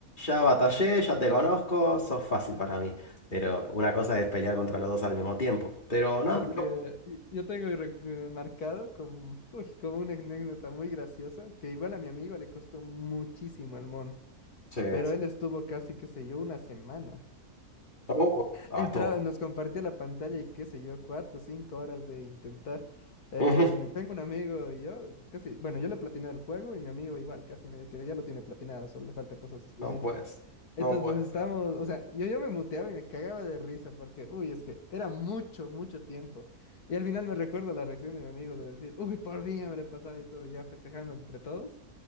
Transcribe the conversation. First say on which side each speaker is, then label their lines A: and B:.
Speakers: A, on the left (about 30°); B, on the left (about 85°).
A: ya batallé, ya te conozco, sos fácil para mí. Pero una cosa es pelear contra los dos al mismo tiempo. Pero no,
B: porque
A: no.
B: y- yo tengo re- eh, marcado como, uy, como una anécdota muy graciosa, que igual a mi amigo le costó muchísimo el mono,
A: Sí,
B: pero
A: sí.
B: él estuvo casi, qué sé yo, una semana.
A: Oh, ah,
B: Entraba,
A: estuvo.
B: nos compartía la pantalla y qué sé yo, cuatro o cinco horas de intentar. Eh,
A: <laughs>
B: me tengo un amigo y yo, casi, bueno, yo le platiné el juego y mi amigo igual, casi medio que ya lo tiene platinado, solo le falta cosas específicas.
A: No puedes.
B: Entonces
A: No puede
B: nos
A: ser.
B: estábamos, o sea, yo ya me muteaba y me cagaba de risa porque, uy, es que era mucho, mucho tiempo. Y al final me recuerdo la reacción de mi amigo de decir, uy, por fin ya me lo he pasado y todo, ya festejando entre todos.